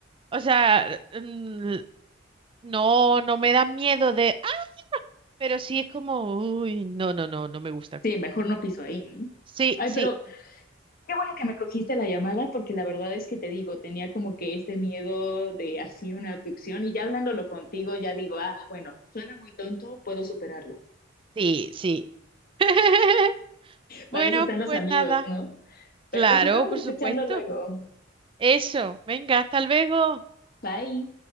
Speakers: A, on the right; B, on the left.
A: o sea, mm, no, no me da miedo de, ah, pero sí es como, uy, no, no, no, no me gusta.
B: Sí, mejor no piso ahí, ¿no?
A: Sí,
B: Ay,
A: sí,
B: pero qué bueno que me cogiste la llamada porque la verdad es que te digo, tenía como que este miedo de así una abducción y ya hablándolo contigo ya digo, ah, bueno, suena muy tonto, puedo superarlo.
A: sí, sí. <laughs> Bueno,
B: Para eso están los
A: pues
B: amigos,
A: nada.
B: ¿no? Pero
A: Claro,
B: nos estamos
A: por
B: escuchando
A: supuesto.
B: luego.
A: Eso. Venga, hasta luego.
B: Bye.